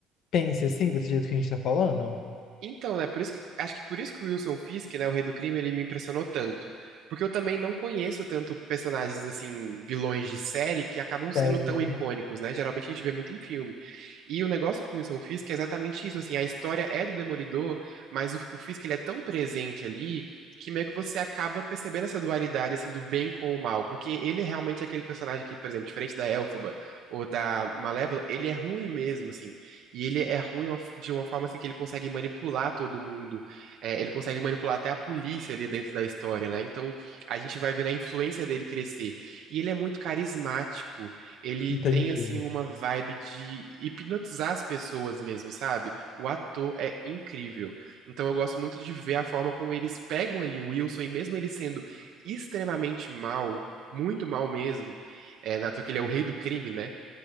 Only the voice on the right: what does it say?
Então, né, por isso que, acho que por isso que o Wilson Fisk, né, o Rei do Crime, ele me impressionou tanto. Porque eu também não conheço tanto personagens, assim, vilões de série que acabam sendo
tão
icônicos, né? Geralmente a gente vê muito em filme. E o negócio com o Wilson Fisk é exatamente isso, assim, a história é do Demolidor, mas o, o Fisk, ele é tão presente ali que meio que você acaba percebendo essa dualidade, assim, do bem com o mal. Porque ele realmente é aquele personagem que, por exemplo, diferente da Elphaba ou da Malévola, ele é ruim mesmo, assim. E ele é ruim uma- de uma forma assim que ele consegue manipular todo mundo. É, ele consegue manipular até a polícia ali dentro da história, né? Então a gente vai vendo a influência dele crescer. E ele é muito carismático. Ele
tem assim uma vibe de hipnotizar as pessoas mesmo, sabe? O ator é incrível. Então eu gosto muito de ver a forma como eles pegam ali o Wilson e mesmo ele sendo extremamente mal, muito mal mesmo, é, na toa que ele é o rei do crime, né?